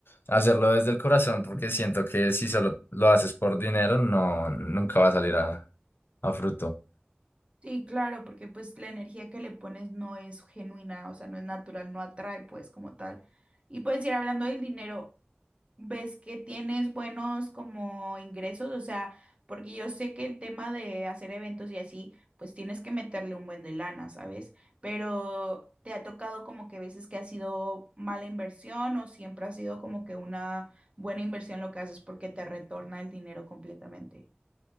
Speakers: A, on the left; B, on the right.
A: hacerlo desde el corazón, porque siento que si solo lo haces por dinero, no, nunca va a salir a, a fruto.
B: Sí, claro, porque pues la energía que le pones no es genuina, o sea, no es natural, no atrae pues como tal. Y pues ir hablando del dinero, ¿ves que tienes buenos como ingresos? O sea, porque yo sé que el tema de hacer eventos y así, pues tienes que meterle un buen de lana, ¿sabes? Pero ¿te ha tocado como que veces que ha sido mala inversión o siempre ha sido como que una buena inversión lo que haces porque te retorna el dinero completamente?